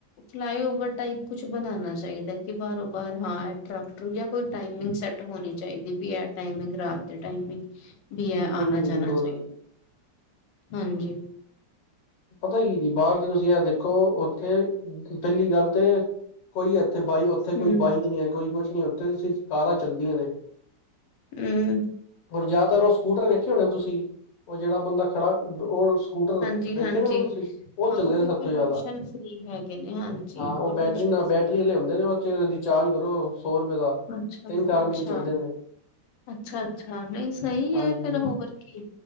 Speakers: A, on the left; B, on the left.
A: ਫਲਾਈਓਵਰ ਟਾਈਪ ਕੁਛ ਬਣਾਣਾ ਚਾਈਦੈ, ਕਿ ਬਾਰੋ-ਬਾਰ ਹਾਂ ਟ੍ਰਾਕ-ਟ੍ਰੁਕ ਯਾ ਕੋਈ ਟਾਈਮਿੰਗ ਸੈਟ ਹੋਣੀ ਚਾਈਦੀ ਬੀ ਐਹ ਟਾਈਮਿੰਗ ਰਾਤ ਦੇ ਟਾਈਮਿੰਗ ਬੀ ਐ
B: ਬਿਲਕੁਲ
A: ਆਣਾ-ਜਾਣਾ
B: ਜੀ ਬਿਲਕੁਲ
A: ਚਾਈਦੈ, ਹਾਂਜੀ।
B: ਪਤੈ ਕੀ ਜੀ, ਬਾਰ ਤੇ ਤੁਸੀਂ ਐ ਦੇਖੋ ਓਥੇ ਪੈਲੀ ਗੱਲ ਤੇ ਕੋਈ ਓਥੇ ਬਾਈ ਓਥੇ
A: ਹਮ
B: ਕੋਈ ਬਾਈਕ ਨੀ ਹੈ ਕੋਈ ਕੁਛ ਨੀ ਓਥੇ ਤੇ ਸਿਰਫ ਕਾਰਾਂ ਚੱਲਦੀਆਂ ਨੇ।
A: ਹੂੰ।
B: ਓਰ ਜੈਤਰ ਓਹ ਸਕੂਟਰ ਵੇਖੇ ਹੋਣੇ ਤੁਸੀਂ, ਓਹ ਜੇੜਾ ਬੰਦਾ ਖੜਾ ਓਹ ਸਕੂਟਰ
A: ਜੀ
B: ਵੇਖੇ
A: ਹਾਂਜੀ,
B: ਨੇ ਤੁਸੀਂ ਉਹ
A: ਹਾਂ
B: ਚੱਲੇ
A: ਓਹ ਵੀ
B: ਨੇ ਸਭ
A: ਪੋਲਿਊਸ਼ਨ
B: ਤੋਂ ਜ਼ਿਆਦਾ
A: ਫ੍ਰੀ ਹੈਗੇ ਨੇ ਹਾਂਜੀ।
B: ਹਾਂ, ਓਹ
A: ਪੋਲਿਊਸ਼ਨ
B: ਬੈਟਰੀ ਨਾ
A: ਫ੍ਰਰੀ
B: ਬੈਟਰੀ ਆਲੇ ਹੁੰਦੇ ਨੇ ਓਹ ਚ ਰਿਚਾਰਜ ਕਰੋ ਸੌ ਰਪੇ ਦਾ
A: ਅੱਛਾ,
B: ਤਿੰਨ ਚਾਰ
A: ਅੱਛਾ।
B: ਮਿੰਟ ਚੱਲਦੇ ਨੇ
A: ਅੱਛਾ ਅੱਛਾ, ਨਹੀਂ ਸਹੀ
B: ਹਾਂਜੀ
A: ਐ ਫੇਰ ਹੋਰ ਕੀ ਏ।